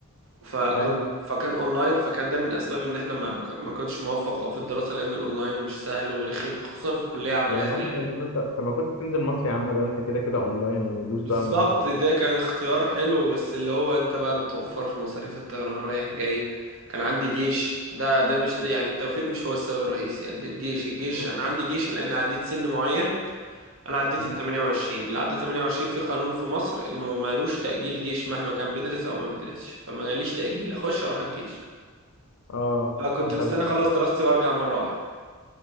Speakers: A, on the right; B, on the left.
A: فكنت
B: ايوه
A: فكان اونلاين فكان ده من اسباب ان احنا ما ك- ما كنتش موفق أوي في الدراسة لان الاونلاين مش سهل ورخم خصوصا في كلية عملية
B: ولا ما
A: زي
B: انت
A: ال...
B: كنت انت طب ما كنت تنزل مصر يا عم ولا انت كده كده اونلاين ودوس
A: بالظبط
B: بقى من مصر وخلاص.
A: ده كان اختيار حلو بس اللي هو انت بقى بتوفر في مصاريف الطيران رايح جاي كان عندي جيش ده ده مش ده يعني التوفير مش هو السبب الرئيسي قد الجيش الجيش
B: اه
A: انا عندي جيش لان عديت سن معين انا عديت
B: مم.
A: ال 28 اللي عدى 28 في قانون في مصر انه مالوش تأجيل جيش مهما كان بيدرس او ما بيدرسش فما جاليش تأجيل اخش اروح الجيش
B: آه،
A: فكنت
B: انت
A: مستني
B: الأخبار.
A: اخلص دراستي وارجع مرة واحدة